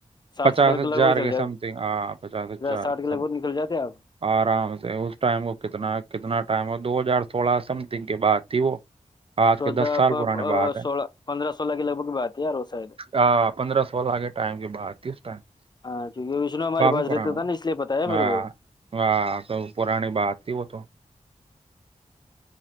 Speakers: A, on the left; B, on the right.
A: ساٹھ
B: پچاس
A: ستر
B: ہزار
A: لگ بھگ چل
B: کے
A: جائے
B: سم تھنگ ہاں پچاس ہزار
A: ساٹھ
B: کے
A: لگ
B: س
A: بھگ نکل جاتے آپ
B: آرام سے اس ٹائم کو کتنا کتنا دو ہزار سولہ سمتنگ کے بعد تھی وہ آج
A: چودہ
B: کے دس سال پرانے بات ہے
A: سولہ پندرہ سولہ کے لگ بھگ بات ہے یار وہ شاید
B: آ پندرہ سوال آگے ٹائم کی بات کبی
A: ہاں کیونکہ وشنو ہمارے پاس
B: پنا
A: رہتا تھا نا اس لیے پتا ہے میرے
B: ہاں
A: کو
B: ہ پورانی باتتی ہو تو